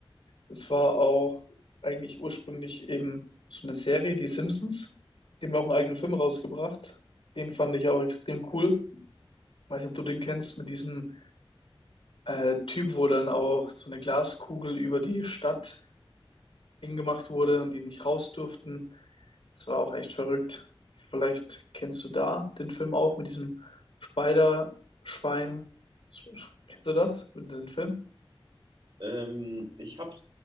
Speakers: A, on the left; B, on the right.
A: es war auch eigentlich ursprünglich eben so eine Serie, die Simpsons. Die haben ja auch einen eigenen Film rausgebracht. Den fand ich auch extrem cool. Weiß nicht, ob du den kennst, mit diesem äh, Typ, wo dann auch so eine Glaskugel über die Stadt hingemacht wurde und die nicht raus durften. Das war auch echt verrückt. Vielleicht kennst du da den Film auch mit diesem Spider-Schwein. Kennst du das, mit dem Film?
B: Ähm, ich habe